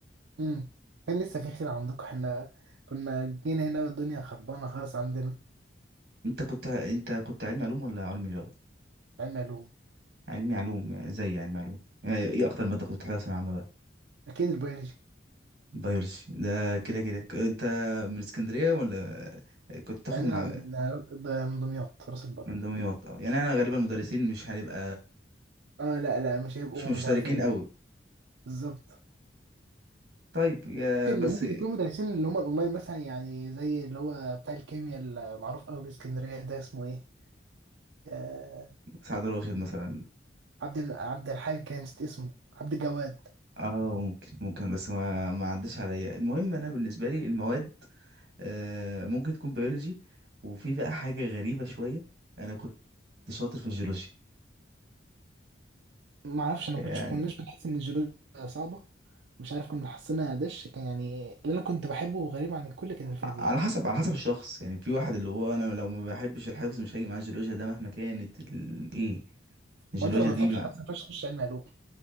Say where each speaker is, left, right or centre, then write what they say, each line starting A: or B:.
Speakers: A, on the right; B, on the right.
A: امم كان لسه في خير عندكم احنا كنا جينا هنا والدنيا خربانه خالص عندنا
B: انت كنت انت كنت علمي علوم ولا علمي رياضة؟
A: علم علوم
B: علمي علوم يعني زي علمي علوم يعني ايه اكتر مادة كنت بتحبها في ثانوية عامة بقى؟
A: اكيد البيولوجي
B: بيولوجي ده كده كده ك- انت من اسكندرية ولا كنت بتاخد
A: انا
B: مع
A: من ده من دمياط راس البر
B: من دمياط اه يعني انا غالبا المدرسين مش هنبقى
A: اه لا لا مش هيبقوا
B: مش مشتركين
A: مش عارفه
B: قوي
A: بالظبط
B: طيب يا
A: ممكن
B: بس
A: ممكن يكونوا مدرسين اللي هم الاونلاين مثلا يعني زي اللي هو بتاع الكيمياء المعروف قوي في اسكندريه ده اسمه ايه آه
B: سعد راشد مثلا
A: عبد الم- عبد الحاج كان نسيت اسمه عبد الجواد
B: اه ممكن ممكن بس ما ما عداش عليا المهم انا بالنسبة لي المواد آه، ممكن تكون بيولوجي وفي بقى حاجة غريبة شوية أنا كنت شاطر في الجيولوجيا
A: ما اعرفش انا
B: يعني
A: ما كنتش كناش بنحس ان الجيولوجيا صعبه مش عارف كنا حاسينها دش كان يعني اللي انا كنت بحبه غريب عن الكل كان الفيزياء
B: ع- على حسب على حسب الشخص يعني في واحد اللي هو أنا لو ما بحبش الحفظ مش هاجي معاه الجيولوجيا ده مهما كانت ال- إيه الجيولوجيا
A: وانت لو ما
B: دي
A: بتحبش
B: ما
A: الفلسفه ما ينفعش تخش علم علوم